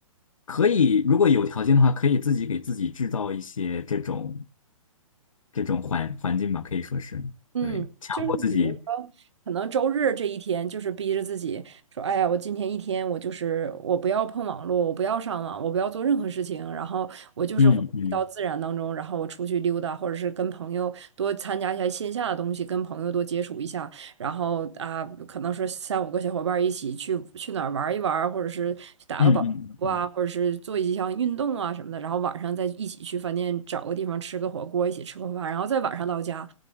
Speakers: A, on the left; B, on the right.
A: 可以，如果有条件的话，可以自己给自己制造一些这种这种环环境吧，可以说是对，
B: 嗯，
A: 强迫自己，
B: 就是比如说，可能周日这一天，就是逼着自己说，哎呀，我今天一天，我就是我不要碰网络，我不要上网，我不要做任何事情，然后我就是回到自然当中，
A: 嗯嗯
B: 然后我出去溜达，或者是跟朋友多参加一下线下的东西，跟朋友多接触一下，然后啊，可能说三五个小伙伴儿一起去去哪儿玩一玩或者是去打个保。
A: 嗯嗯嗯
B: 啊，或者是做一项运动啊什么的，然后晚上再一起去饭店找个地方吃个火锅，一起吃个饭，然后再晚上到家，